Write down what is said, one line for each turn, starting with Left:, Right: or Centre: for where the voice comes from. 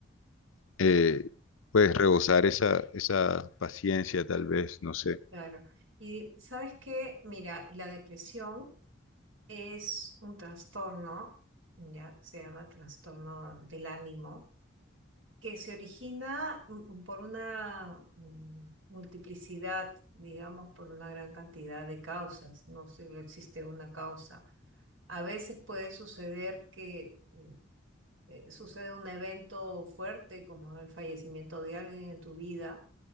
Left: eh, pues, rebosar esa, esa paciencia, tal vez, no sé.
Right: Claro. Y sabes que, mira, la depresión es un trastorno, ya se llama trastorno del ánimo, que se origina mm, por una mm, multiplicidad, digamos, por una gran cantidad de causas, no solo existe una causa. A veces puede suceder que eh, eh, sucede un evento fuerte como el fallecimiento de alguien en tu vida,